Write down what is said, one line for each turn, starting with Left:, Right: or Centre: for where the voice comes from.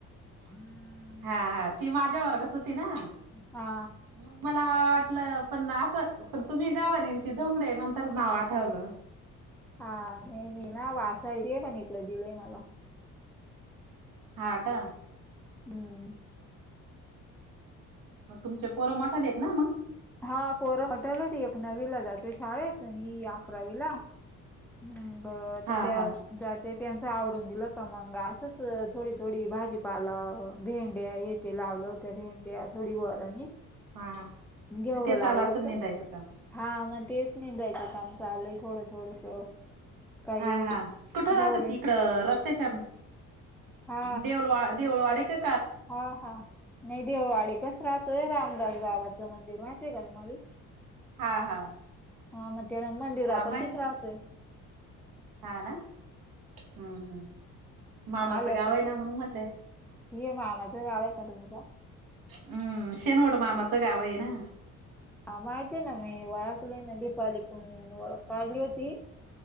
Centre: <inaudible>
Right: हा हा ती माझ्या वर्गात होती ना
Centre: हा.
Right: मग मला वाटलं पण असं पण तुम्ही गवारे येन ती धोंगडे नंतर नाव आठवलं.
Centre: हा
Right: हम्म
Centre: नाही
Right: हम्म.
Centre: मी ना वासळ पण इकड दिलंय मला
Right: हा का
Centre: हम्म
Right: मग तुमचे पोरं मोठाले आहेत ना मग
Centre: हा पोर मोठाले एक नववीला जातो शाळेत आणि ही अकरावी ला ह् ब तर
Right: हा
Centre: त्या
Right: हा.
Centre: जाते त्यांच आवरून दिलं क मंग असंच थोडी थोडी भाजीपाला भेंडया हे ते लावलं होत्या भेंड्या थोडी गोरानी
Right: हा
Centre: घेवडं
Right: ते
Centre: लावलं
Right: चालू असेल
Centre: होतं
Right: निंदायचं काम
Centre: हा मग तेच निंदायचं काम चालूय थोडं थोडस काही
Right: हा हा कुठं राहतात
Centre: घेवडे
Right: इकड रस्त्याच्या
Centre: हा
Right: देउलवा देऊळवाडी की
Centre: हा हा नाही देऊळवाडी कस राहतोय रामदास बाबाचं मंदिर माहितय का तुम्हाला
Right: हा हा
Centre: हा मग त्याला मंदिरा
Right: हा माहिती
Centre: पशीच राहतोय.
Right: ना. हा ना हम्म हम्म मामाचं
Centre: हा लोके
Right: गाव आहे ना म्हणून म्हटलंय. हा हा.
Centre: हे मामाच गाव आहे का तुमच्या
Right: हम् शेनवड मामाचं गाव आहे ना
Centre: हा माहिती आहेय ना मी वळाखलंयना दीपाली कून ओळख काढली होती.